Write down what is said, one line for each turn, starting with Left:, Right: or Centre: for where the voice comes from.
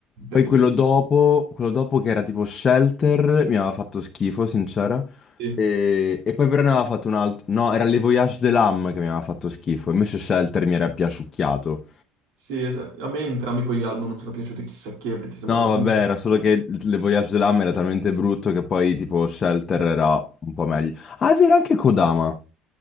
Left: poi
Right: bellissimo.
Left: quello dopo, quello dopo che era tipo Shelter, mi aveva fatto schifo, sincera,
Right: Sì,
Left: e, e poi però ne aveva fatto un altro, no, era Le Voyage de l'Âme che mi aveva fatto schifo, invece Shelter mi era piaciucchiato.
Right: sì, esa- a me entrambi poi gli album non sono piaciuti chissà che, perché sembravano
Left: No, vabbè,
Right: comunque
Left: era solo che Le Voyage de l'Âme era talmente brutto che poi tipo Shelter era un po' meglio. Ah, è vero, anche Kodama,